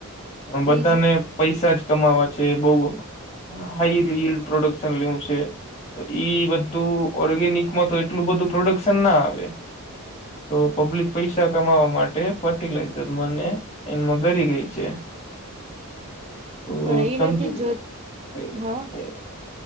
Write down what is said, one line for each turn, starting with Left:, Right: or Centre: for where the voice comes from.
Left: બધાને
Right: એજ
Left: પૈસા જ કમાવા છે બઉ હાઈ રી પ્રોડક્શન લેવું છે તો ઈ બધું ઓર્ગેનિકમાં તો એટલું બધું પ્રોડક્શન ના આવે તો પબ્લિક પૈસા કમાવા માટે ફર્ટિલાઈઝર મને એમાં ગરી ગઈ છે તો
Right: પણ
Left: સમજી
Right: એ નથી
Left: લો
Right: જો
Left: <unintelligible>
Right: હા